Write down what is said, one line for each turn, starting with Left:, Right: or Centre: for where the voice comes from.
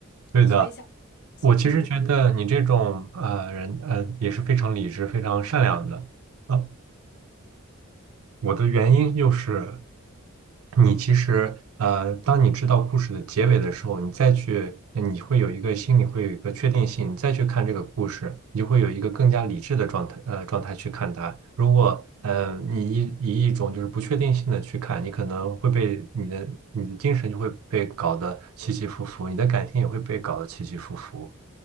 Right: 对的，
Left: 所以像我喜欢这种
Right: 我其实觉得你这种呃人，呃，也是非常理智、非常善良的。呃我的原因就是，你其实呃，当你知道故事的结尾的时候，你再去，呃你会有一个心里会有一个确定性，你再去看这个故事，你就会有一个更加理智的状态，呃，状态去看它。如果呃，你以以一种就是不确定性的去看，你可能会被你的你的精神就会被搞得起起伏伏，你的感情也会被搞得起起伏伏。